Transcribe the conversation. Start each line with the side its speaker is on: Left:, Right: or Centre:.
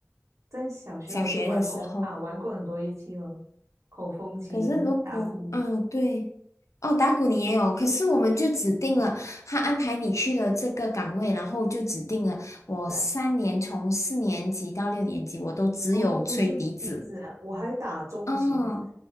Right: 在小学我就玩过啊，
Left: 小学的时候。
Right: 玩过很多乐器了，口风琴、
Left: 可是如果嗯对，
Right: 打鼓，
Left: 哦打鼓你也有，可是我们就指定了他安排你去了这个岗位，
Right: 嗯，嗯，
Left: 然后就指定了我三年从四年级到六年级我都只有吹笛子，
Right: 是啊，哦，都是笛子啊。我还打钟琴，
Left: 嗯。